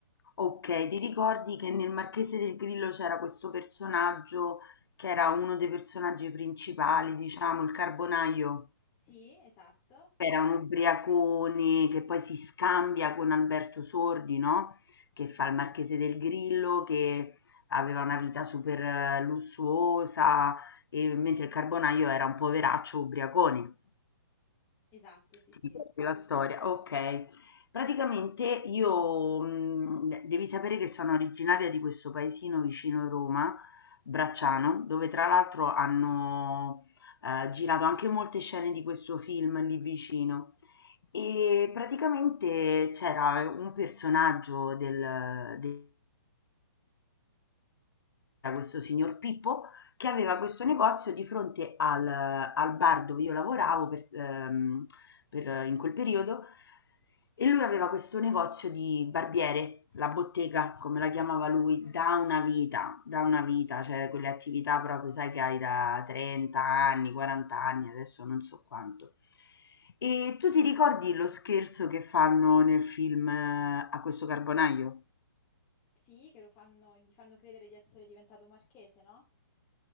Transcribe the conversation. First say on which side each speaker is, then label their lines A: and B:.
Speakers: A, on the left (about 85°); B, on the left (about 25°).
A: Ok, ti ricordi che nel Marchese del Grillo c'era questo personaggio che era uno dei personaggi principali, diciamo, il carbonaio?
B: Sì, esatto.
A: Era un ubriacone che poi si scambia con Alberto Sordi, no, che fa il Marchese del Grillo, che aveva una vita super eh, lussuosa, e mentre il Carbonaio era un poveraccio ubriacone.
B: Esatto, sì,
A: Ti
B: sì.
A: ricordi la storia? Ok. Praticamente io, mh, devi sapere che sono originaria di questo paesino vicino Roma, Bracciano, dove tra l'altro hanno eh, girato anche molte scene di questo film lì vicino. E praticamente c'era un personaggio del, del c'era questo signor Pippo che aveva questo negozio di fronte al, al bar dove io lavoravo per, ehm, per- in quel periodo e lui aveva questo negozio di barbiere, la bottega, come la chiamava lui, da una vita, da una vita, cioè quelle attività proprio, sai, che hai da 30 anni, 40 anni, adesso non so quanto. E tu ti ricordi lo scherzo che fanno nel film eh, A questo carbonaio?
B: Sì, che lo fanno, gli fanno credere di essere diventato marchese, no?